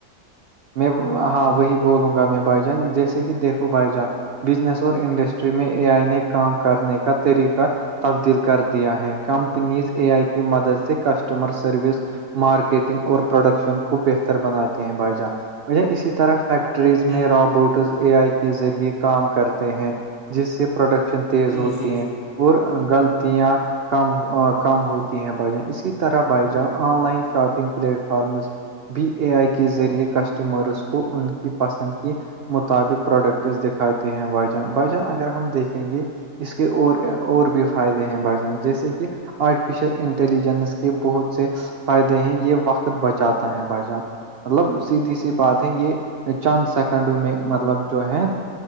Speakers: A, on the right; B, on the left.
A: میں ہاں وہی بولوں گا میں بھائی جان جیسے کہ دیکھوں بھائی جان بزنس اور انڈسٹری میں اے آئی نے کام کرنے کا طریقہ تبدیل کر دیا ہے کمپنیز اے آئی کی مدد سے کسٹمر سروس مارکیٹنگ اور پروڈکشن کو بہتر بناتے ہیں بائی جان مجھ اسی طرح فیکٹریز
B: جی
A: میں روابوٹس اے آئی کے ذریعے کام کرتے ہیں جس سے پروڈکشن تیز
B: جی
A: ہوتی
B: جی
A: ہے
B: جی
A: اور غلطیاں کم کم ہوتی ہیں بائی جان اسی طرح بائی جان online shopping platforms بی اے آئی کے ذریعے کسٹمرز کو ان کی پسند کے مطابق پروڈکٹس دکھاتے ہیں واجن وھجان اگر ہم دیکھیں گے اس کے اور اور بھی فائدے ہیں بڑ جائ جیسے کہ آرٹیفیشیل انٹیلیجنس کے بہت سے فائدے ہیں یہ وقت بچاتا ہے بھائی جان مطلب سیدھی سی بات ہے یہ چانند سیکنڈوں میں مطلب جو ہے